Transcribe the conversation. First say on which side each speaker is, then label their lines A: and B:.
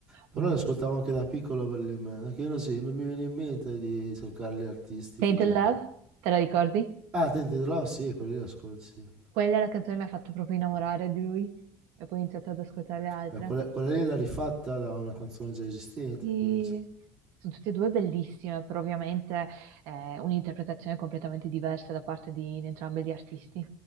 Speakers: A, on the right; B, on the right.
A: Però
B: Mm.
A: le ascoltavo anche da piccolo Marilyn Manson, che io non, sì, non mi viene in mente di cercare gli artisti
B: Tainted
A: così,
B: Love,
A: però...
B: te la ricordi?
A: Ah, Tente the Love, sì, quella lì l'ascolto, sì.
B: Quella è la canzone che mi ha fatto proprio innamorare di lui e poi ho iniziato ad ascoltare le altre.
A: Beh, quella, quella lì l'ha rifatta da una canzone già esistente,
B: E
A: penso.
B: sono tutte e due bellissime, però ovviamente è un'interpretazione completamente diversa da parte di, di entrambi gli artisti.